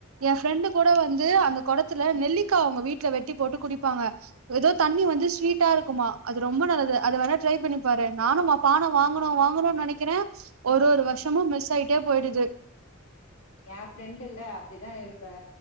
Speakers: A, on the right (about 85°); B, on the left (about 85°).
A: ஏ ஃப்ரெண்டு கூட வந்து அந்த குடத்துல நெல்லிக்காய் அவங்க வீட்டுல வெட்டி போட்டு குடிப்பாங்க ஏதோ தண்ணி வந்து ஸ்வீட்டா இருக்குமா அது ரொம்ப நல்லது அது வேணா ட்ரை பண்ணி பாரு நானு பானை வாங்கணு வாங்கணுனு நினைக்கிறே ஒரு ஒரு வருஷமும் மிஸ் ஆயிட்டே போயிடுது
B: ஏ ஃப்ரெண்டு் இல்ல அப்படிதான் இருப்பே